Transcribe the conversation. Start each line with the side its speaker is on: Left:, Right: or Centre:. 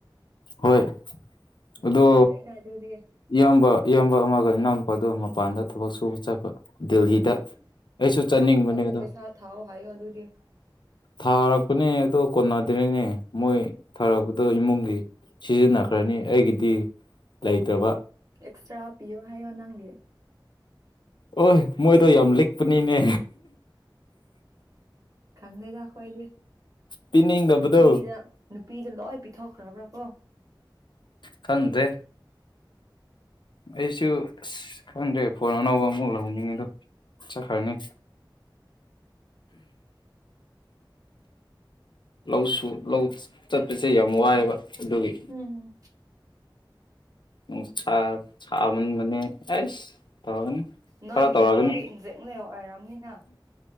Left: ꯍꯣꯏ ꯑꯗꯣ
Right: ꯅꯨꯡꯉꯥꯏꯌꯦꯅ ꯑꯗꯨꯗꯤ
Left: ꯏꯌꯥꯝꯕ ꯏꯌꯥꯝꯕ ꯑꯃꯒ ꯏ ꯅꯎ ꯑꯗꯨꯣ ꯃꯄꯥꯟꯗ ꯊꯕꯛ ꯁꯨꯕ ꯆꯠꯄ ꯗꯦꯜꯍꯤꯗ
Right: ꯎꯝ
Left: ꯑꯩꯁꯨ ꯆꯠꯅꯤꯡꯕꯅꯦ
Right: ꯃꯔꯛ ꯃꯔꯛꯇ
Left: ꯑꯗꯣ
Right: ꯄꯩꯁꯥ ꯊꯥꯎ ꯍꯥꯏꯌꯣ ꯑꯗꯨꯗꯤ
Left: ꯊꯥꯔꯛꯄꯅꯦ ꯑꯗꯣ ꯀꯣꯟꯅꯗ꯭ꯔꯦꯅꯦ ꯃꯣꯏ ꯊꯥꯔꯛꯄꯗꯣ ꯏꯃꯨꯡꯒꯤ ꯁꯤꯖꯤꯟꯅꯈ꯭ꯔꯅꯤ ꯑꯩꯒꯤꯗꯤ ꯂꯩꯇꯕ
Right: ꯑꯦꯛꯁꯇ꯭ꯔꯥ ꯄꯤꯣ ꯍꯥꯏ ꯋꯥ ꯅꯪꯦ
Left: ꯑꯣꯏ ꯃꯣꯏꯗꯣ ꯌꯥꯝ ꯂꯤꯛꯄꯅꯤꯅꯦ
Right: ꯈꯪꯗꯦꯗ ꯑꯩꯈꯣꯏꯗꯤ
Left: ꯄꯤꯅꯤꯡꯗꯕꯗꯣ
Right: ꯅꯨꯄꯤꯗ ꯅꯨꯄꯤꯗ ꯂꯣꯏ ꯄꯤꯊꯣꯛꯈ꯭ꯔꯕ꯭ꯔꯥ ꯀꯣ
Left: ꯈꯪꯗꯦ ꯑꯩꯁꯨ ꯑꯁ ꯈꯪꯗ꯭ꯔꯦ ꯐꯣꯟ ꯑꯅꯧꯕ ꯑꯃꯨꯛ ꯂꯧꯅꯤꯡꯉꯤꯗꯣ ꯏꯆꯥ ꯈꯔꯅꯤ ꯂꯧꯁꯨ ꯂꯧ ꯆꯠꯄꯁꯦ ꯌꯥꯝ ꯋꯥꯏꯑꯦꯕ ꯑꯗꯨꯒꯤ
Right: ꯎꯝ
Left: ꯎ ꯆ ꯃꯅꯤ ꯑꯁ ꯇꯧꯔꯒꯅꯤ
Right: ꯅꯣꯏꯒꯤ
Left: ꯈꯔ ꯇꯧꯔꯒꯅꯤ
Right: ꯂꯥꯎꯗꯤ ꯏꯟꯖꯦꯛ ꯂꯩ ꯑꯣꯏꯔꯝꯅꯤꯅ